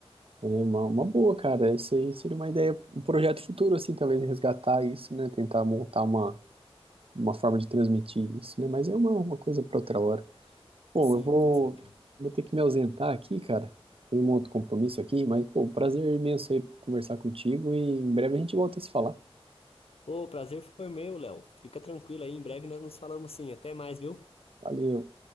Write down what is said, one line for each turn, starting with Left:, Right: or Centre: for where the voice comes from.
Right: é uma, uma boa, cara, isso aí seria uma ideia, um projeto futuro, assim, talvez resgatar isso, né, tentar montar uma, uma forma de transmitir isso, né, mas é uma, uma coisa para outra hora. Bom,
Left: Sim,
Right: eu vou,
Left: com certeza.
Right: vou ter que me ausentar aqui, cara. Tem um outro compromisso aqui, mas, pô, prazer imenso aí conversar contigo e em breve a gente volta a se falar.
Left: Ô, o prazer foi meu, Léo. Fica tranquilo aí, em breve nós nos falamos sim. Até mais, viu?
Right: Valeu.